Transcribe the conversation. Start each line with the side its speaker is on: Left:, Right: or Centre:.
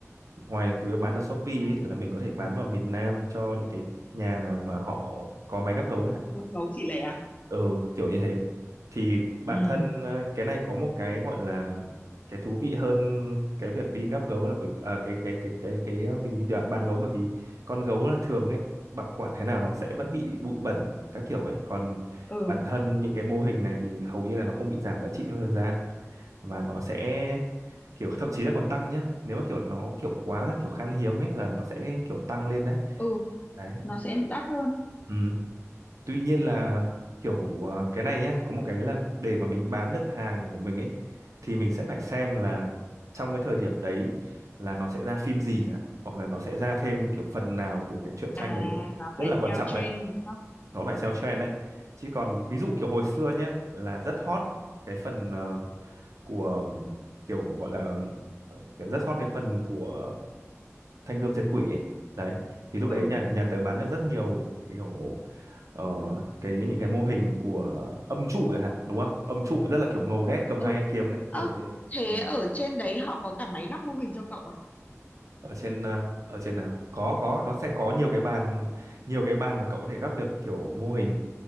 Right: ngoài cái bán ở Shopee ấy,
Left: À,
Right: là mình có thể bán vào miền Nam cho những cái nhà nào mà họ có máy gắp gấu
Left: buôn gấu chỉ lẻ à
Right: ừ kiểu như thế thì bản
Left: ừ
Right: thân ờ, cái này có một cái gọi là cái thú vị hơn cái việc đi gắp gấu là bởi à, cái cái cái cái cái ờ, mình đi đoạn bán gấu bởi vì con gấu là thường ấy bảo quản thế nào nó sẽ vẫn bị bụi bẩn các kiểu ấy còn
Left: ừ
Right: bản thân những cái mô hình này thì hầu như là nó không bị giảm giá trị theo thời gian và nó sẽ kiểu thậm chí là còn tăng nhá nếu mà kiểu nó kiểu quá là kiểu khan hiếm ấy là nó sẽ kiểu tăng lên đấy
Left: ừ
Right: đấy
Left: nó sẽ đắt hơn
Right: ừ tuy nhiên là kiểu ờ, cái này nhá có một cái là để mà mình bán được hàng của mình ấy thì mình sẽ phải xem là trong cái thời điểm đấy là nó sẽ ra phim gì chẳng hạn hoặc là nó sẽ ra thêm kiểu phần nào của cái truyện tranh
Left: À,
Right: đấy
Left: nó
Right: rất
Left: phải
Right: là quan
Left: theo
Right: trọng
Left: trend
Right: đấy
Left: đúng không?
Right: nó phải theo trend đấy chứ còn ví dụ kiểu hồi xưa nhá là rất hot cái phần ờ, của ừm, kiểu gọi là ờ, kiểu rất hot cái phần của Thanh Gươm Diệt Quỷ ấy đấy thì lúc
Left: Ừ.
Right: đấy nhà nhà tớ bán được rất nhiều kiểu ờ, cái những cái mô hình của âm trụ chẳng hạn đúng không âm trụ rất là kiểu ngầu đét cầm
Left: ừ
Right: hai cái kiếm đấy
Left: ơ
Right: kiểu như thế
Left: thế
Right: ừ.
Left: ở trên đấy họ có cả máy gắp mô hình cho cậu à
Right: ở trên ờ, ở trên nào có có nó sẽ có nhiều cái bàn nhiều cái bàn mà cậu có thể gắp được kiểu mô hình